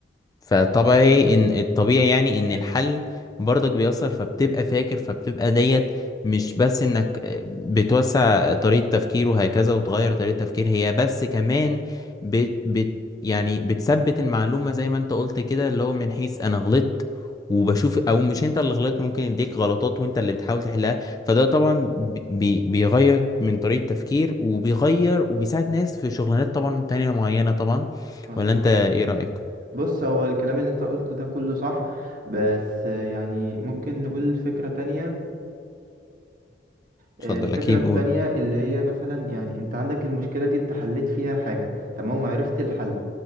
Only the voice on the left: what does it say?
فطبيعي
ان الطبيعي يعني ان الحل برضك بيأثر فبتبقى فاكر فبتبقى ديت مش بس انك بتوسع طريقة تفكير وهكذا وتغير طريقة تفكير هي بس كمان بت بت يعني بتثبت المعلومة زي ما انت قلت كده اللي هو من حيث انا غلطت وبشوف او مش انت اللي غلطت ممكن يديك غلطات وانت اللي بتحاول تحلها فده طبعا بي بي- بيغير من طريقة تفكير وبيغير وبيساعد ناس في شغلانات طبعا تانية معينة طبعا
ولا انت ايه رأيك؟
اتفضل
اكيد
قول